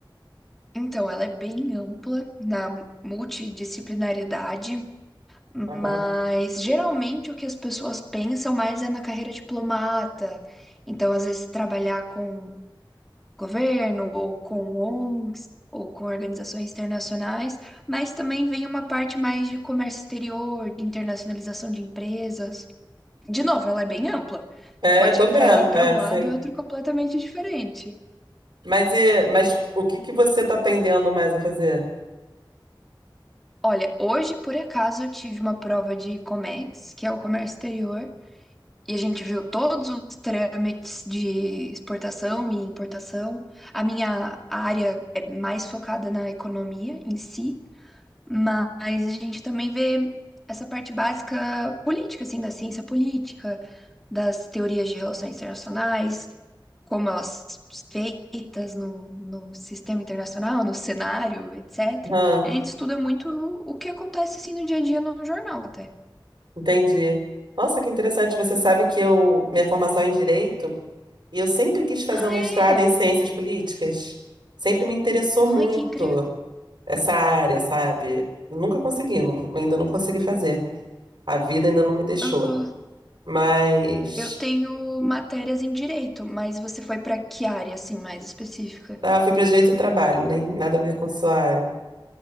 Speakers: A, in the centre; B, on the right (about 65°).
A: então ela é bem ampla na multidisciplinaridade,
B: Aham.
A: mas geralmente o que as pessoas pensam mais é na carreira diplomata. Então, às vezes, trabalhar com governo, ou com ONGs, ou com organizações internacionais, mas também vem uma parte mais de comércio exterior, de internacionalização de empresas. De novo, ela é bem ampla.
B: É,
A: Pode
B: eu tô
A: ir
B: vendo.
A: para para
B: É,
A: um lado
B: sim.
A: e outro completamente diferente.
B: Mas e, mas o que que você tá tendendo mais a fazer?
A: Olha, hoje, por acaso, eu tive uma prova de COMEX, que é o comércio exterior, e a gente viu todos os trâmites de exportação e importação. A minha área é mais focada na economia em si, Mas a gente também vê essa parte básica política, assim, da ciência política, das teorias de relações internacionais, como elas são feitas no, no sistema internacional, no cenário, etc.
B: Aham,
A: E a gente estuda muito o que acontece, assim, no dia a dia no jornal, até.
B: entendi. Nossa, que interessante. Você sabe que eu, minha formação é em direito E eu sempre quis fazer
A: Ah,
B: um mestrado
A: é?
B: em ciências políticas. Sempre me interessou muito
A: Ai, que incrível.
B: essa área, sabe? Eu Nunca consegui, não- ainda não consegui fazer. A vida ainda não me deixou.
A: Aham.
B: Mas
A: Eu tenho matérias em direito, mas você foi para que área, assim, mais específica?
B: ah, fui para direito do trabalho, nem nada a ver com a sua área.